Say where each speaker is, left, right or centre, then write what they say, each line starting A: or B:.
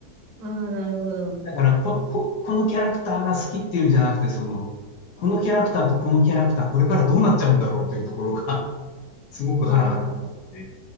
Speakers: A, on the right (about 80°); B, on the left (about 70°).
A: ああ、なるほど。
B: だから、こ、こ、このキャラクターが好きっていうんじゃなくて、その、このキャラクターとこのキャラクター、これからどうなっちゃうんだろうというところが、すごくハラハラするので。
A: ああ、